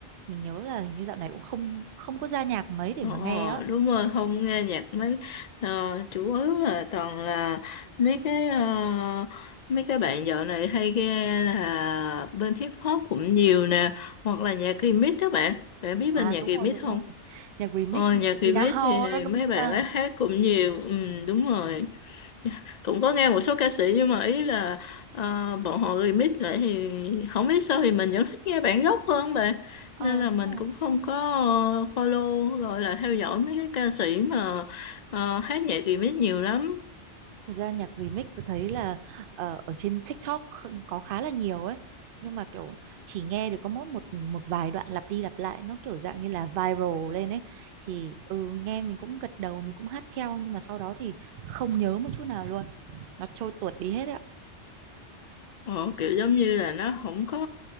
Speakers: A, on the right; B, on the left.
A: Mình nhớ là hình như dạo này cũng không không có ra nhạc mấy để
B: Ờ,
A: mà nghe á.
B: đúng rồi không nghe nhạc mấy ờ, chủ yếu là toàn là mấy cái ờ, mấy cái bạn dạo này hay nghe là bên hip hop cũng nhiều nè hoặc là nhạc remix đó bạn bạn biết
A: À
B: bên nhạc
A: đúng
B: remix
A: rồi đúng
B: không
A: rồi Nhạc remix
B: ờ, nhạc remix
A: Tina Hall
B: thì
A: đó đúng
B: mấy
A: không
B: bạn
A: ta
B: ấy hát cũng nhiều ừ, đúng rồi cũng có nghe một số ca sĩ nhưng mà ý là ờ, bọn họ remix lại thì không biết sao thì mình vẫn thích nghe bản gốc hơn bạn
A: Ờ
B: nên là
A: đúng
B: mình
A: rồi
B: cũng không có ờ, follow gọi là theo dõi mấy cái ca sĩ mà ờ, hát nhạc remix nhiều lắm
A: Thật ra nhạc remix tôi thấy là ờ, ở trên TikTok kh- có khá là nhiều ấy Nhưng mà kiểu chỉ nghe được có mỗi một một vài đoạn lặp đi lặp lại Nó kiểu dạng như là viral lên ấy Thì ừ, nghe mình cũng gật đầu mình cũng hát theo Nhưng mà sau đó thì không nhớ một chút nào luôn Nó trôi tuột đi hết ấy ạ
B: Ờ, kiểu giống như là nó không có